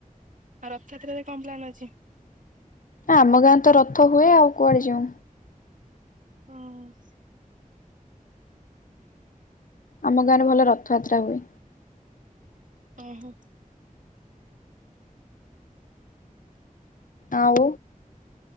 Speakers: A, on the right; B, on the left.
A: ଆଉ ରଥଯାତ୍ରାରେ କଣ ପ୍ଲାନ୍ ଅଛି?
B: ଆମ ଗାଁ ତ ରଥ ହୁଏ ଆଉ କୁଆଡ଼େ ଯିଉଁ।
A: ହଁ ଉହୁଁ।
B: ଆମ ଗାଁରେ ଭଲ ରଥଯାତ୍ରା ହୁଏ।
A: ଓହୋ।
B: ଆଉ